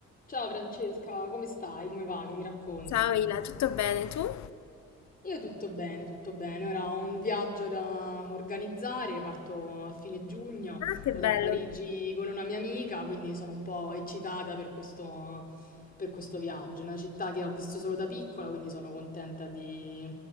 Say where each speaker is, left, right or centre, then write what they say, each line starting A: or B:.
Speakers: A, on the left; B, on the left.
A: Ciao Francesca, come stai? Come va? Che mi racconti?
B: Ciao Ila, tutto bene tu? Ah,
A: Io tutto bene, tutto bene. Ora ho un viaggio da organizzare, parto a fine giugno,
B: che
A: vado
B: bello.
A: a Parigi con una mia amica, quindi sono un po' eccitata per questo, per questo viaggio. È una città che ho visto solo da piccola, quindi sono contenta di,